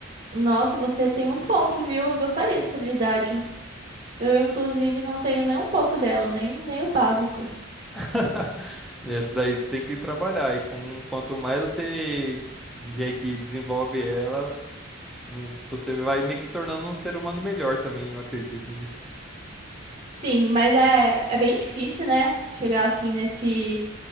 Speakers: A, on the right; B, in the centre.
A: Nossa, você tem um ponto, viu? Eu gostaria dessa habilidade. Eu, inclusive, não tenho nem um pouco dela, nem, nem o básico.
B: <laughs> Essa daí você tem que trabalhar, e com, quanto mais você meio que desenvolve ela, Um- Você vai meio que se tornando um ser humano melhor também, eu acredito nisso.
A: Sim, mas é, é bem difícil, né? Chegar assim nesse.